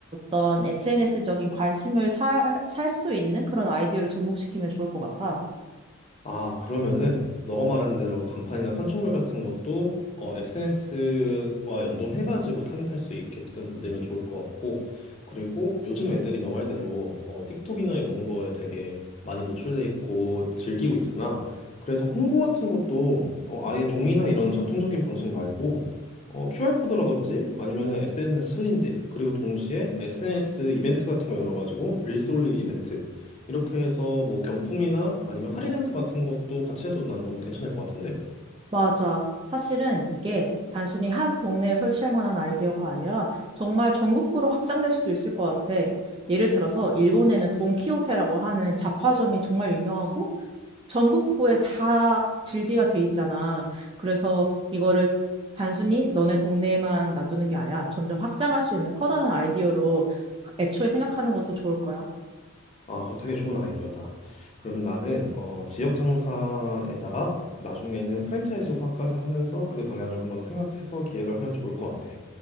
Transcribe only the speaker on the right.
어떤 SNS적인 관심을 살, 살 수 있는 그런 아이디어를 접목시키면 좋을 것 같아.
맞아. 사실은 이게 단순히 한 동네에 설치할 만한 아이디어가 아니라 정말 전국구로 확장될 수도 있을 것 같아. 예를 들어서 일본에는 돈키호테라고 하는 잡화점이 정말 유명하고 전국구에 다 즐비가 돼 있잖아. 그래서 이거를 단순히 너네 동네에만 놔두는 게 아니라 점점 확장할 수 있는 커다란 아이디어로 애초에 생각하는 것도 좋을 거야.